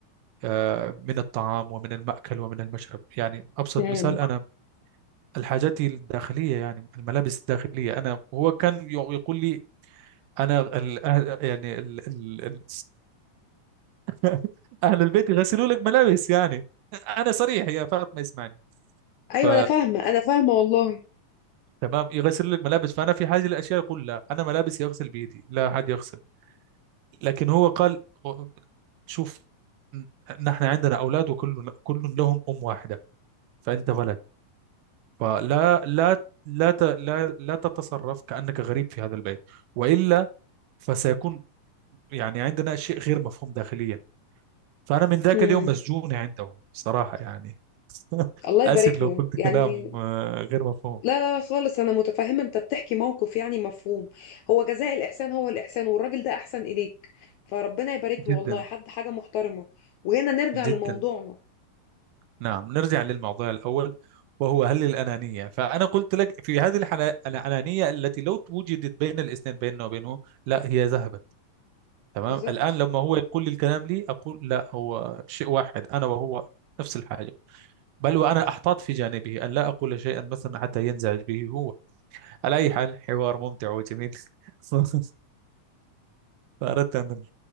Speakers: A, on the right; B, on the left.
A: آه، من الطعام ومن المأكل ومن المشرب يعني أبسط
B: امم
A: مثال أنا الحاجات الداخلية يعني الملابس الداخلية أنا هو كان ي- يقول لي أنا ال- أهل- يعني ال- ال- ال- <laughs> أهل البيت يغسلوا لك ملابس يعني أنا صريح يا فاطمة اسمعني
B: ايوه
A: ف
B: انا فاهمه انا فاهمه والله
A: تمام يغسل لك ملابس فانا في حاجه لاشياء يقول لا انا ملابسي اغسل بيدي لا حد يغسل لكن هو قال شوف ن- نحن عندنا اولاد وكل كل لهم ام واحده فانت ولد فلا لا لا ت- لا لا تتصرف كانك غريب في هذا البيت والا فسيكون يعني عندنا شيء غير مفهوم داخليا فانا من ذاك
B: امم
A: اليوم مسجون عنده صراحه يعني <laughs>
B: الله يبارك
A: اسف لو
B: له
A: قلت كلام
B: يعني
A: آه، غير مفهوم
B: لا لا خالص انا متفهمه انت بتحكي موقف يعني مفهوم هو جزاء الاحسان هو الاحسان والراجل ده احسن اليك فربنا يبارك
A: جدا
B: له والله حد حاجه محترمه وهنا نرجع
A: جدا
B: لموضوعنا
A: نعم نرجع للموضوع الأول وهو هل الأنانية فأنا قلت لك في هذه الحالة الأنانية التي لو وجدت بين الاثنين بيننا وبينه لا هي ذهبت تمام
B: بالظبط
A: الآن لما هو يقول لي الكلام لي أقول لا هو شيء واحد أنا وهو نفس الحاجة بل وأنا أحتاط في جانبه أن لا أقول شيئا مثلا حتى ينزعج به هو على أي حال حوار ممتع وجميل <laughs> فأردت أن